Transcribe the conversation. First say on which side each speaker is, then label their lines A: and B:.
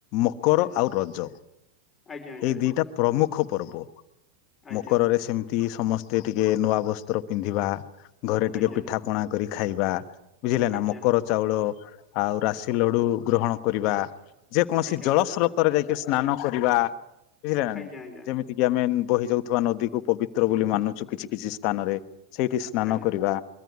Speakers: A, on the left; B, on the left.
A: ମକର
B: ଆଜ୍ଞା
A: ଆଉ ରଜ
B: ଆଜ୍ଞା ଆଜ୍ଞା
A: ଏଇ
B: ଆଜ୍ଞା
A: ଦିଇଟା ପ୍ରମୁଖ ପର୍ବ।
B: ଆଜ୍ଞା
A: ମକରରେ
B: ସାର୍
A: ସେମିତି ସମ ସ୍ତେ ଟିକେ ନୂଆ ବସ୍ତ୍ର ପିନ୍ଧିବା। ଘରେ ଟିକେ
B: ଆଜ୍ଞା
A: ପିଠା ପଣା କରି ଖାଇବା ବୁଝିଲେ
B: ଆଜ୍ଞା
A: ନା। ମକର ଚାଉଳ ଆଉ ରାଶି ଲଡୁ ଗ୍ରହଣ କରିବା। ଯେକୌଣସି
B: ଆଜ୍ଞା
A: ଜଳସ୍ରୋତରେ
B: ସାର୍।
A: ଯାଇକି ସ୍ନାନ କରିବା। ବୁଝିଲେ ନା
B: ଆଜ୍ଞା
A: ନାଇଁ ଯେମିତି କି ଆମେ ଉଁ ବହି ଯାଉଥିବା ନଦୀକୁ ପବି ଚିତ୍ର ବୋଲି ମାନୁଛୁ କିଛି କିଛି ସ୍ଥାନରେ। ସେଇଠି ସ୍ନାନ
B: ଆଜ୍ଞା
A: କରିବା